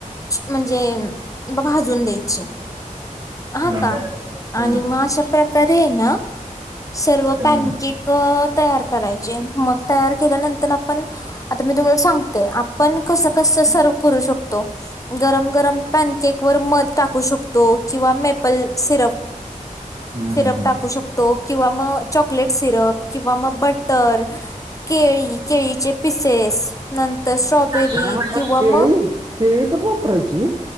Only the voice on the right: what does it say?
हम्म,
हम्म,
हम्म,
हम्म,
हम्म, हम्म.
काय म्हणला?
केळी
केळी पण वापरायची वी